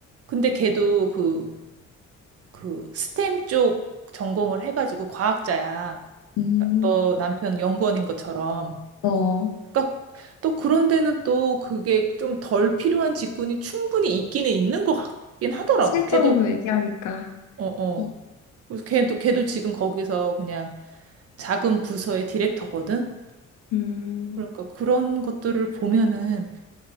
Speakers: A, on the right; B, on the left.
A: 근데 걔도 그, 그 스템 쪽 전공을 해가지고 과학자야.
B: 음,
A: 너 남편 연구원인 것처럼.
B: 어,
A: 그러니까 또 그런 데는 또 그게 좀 덜 필요한 직군이 충분히 있기는 있는 것 같긴 하더라고.
B: 실적으로
A: 걔도,
B: 얘기하니까,
A: 어, 어.
B: 어,
A: 그래서 걔도, 걔도 지금 거기서 그냥 작은 부서의 디렉터거든?
B: 음,
A: 그러니까 그런 것들을 보면은